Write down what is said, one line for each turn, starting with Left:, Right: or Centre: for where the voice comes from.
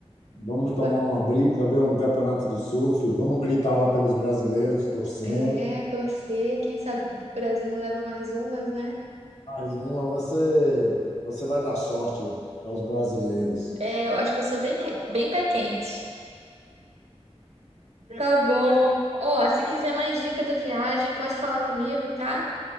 Left: vamos tomar
Right: Va-
Left: uma brisa, ver um campeonato de surf, vamos gritar lá pelos brasileiros, torcendo.
Right: É, torcer, quem sabe o Brasil não leva mais umas, né?
Left: Mas vamos você, você vai dar sorte aos brasileiros.
Right: É, eu acho que eu sou bem, que- bem pé quente. Tá bom. Ó, se quiser mais dica da viagem, pode falar comigo, tá?